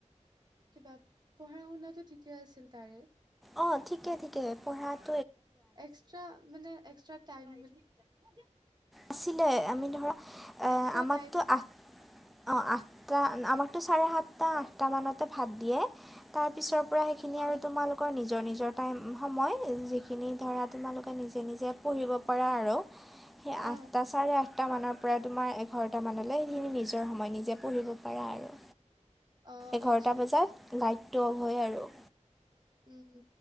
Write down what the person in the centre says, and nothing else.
অ ঠিকে ঠিকে পঢ়াত
আছিলে আমি ধৰা এ
আমাকতোঁ
আঠ অ আঠটা আমাকতো চাৰে সাতটা আঠটা মানতে ভাত দিয়ে তাৰ পিছৰ। পৰা সেইখিনি
আৰু তোমালোকৰ নিজৰ নিজৰ টাইম, সময় যিখিনি ধৰা। তোমালোকে নিজে নিজে পঢ়িব পাৰা আৰু
এটা চাৰে আঠটা মানৰ পৰা তোমাৰ। ঘৰটামানলৈ নিজৰ সময় নিজে পঢ়িব পাৰা আৰু
এঘাৰটা
বজাত লাইটটো অফ হয় আৰু